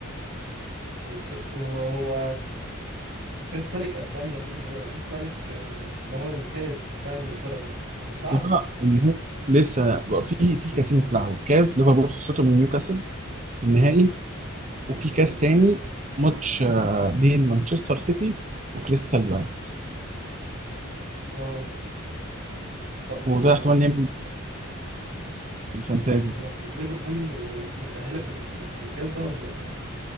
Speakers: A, on the right; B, on the right.
A: وبالذات وهو كاس ملك اسبانيا دي كاس ملك آه، اللي هو الكاس بتاع انجلترا ده يتلعب
B: لا النهائي لسه بقى في في كاسين اتلعبوا كاس ليفربول خسرته من نيوكاسل في النهائي وفي
A: اه
B: كاس تاني ماتش آه، بين مانشستر سيتي وكريستال بالاس
A: اه طب و-
B: وده
A: يعني
B: احتمال يعمل إيه في الفانتازي
A: يعني ليفربول م- م- متأهلة في ال- في الكاس ده ولا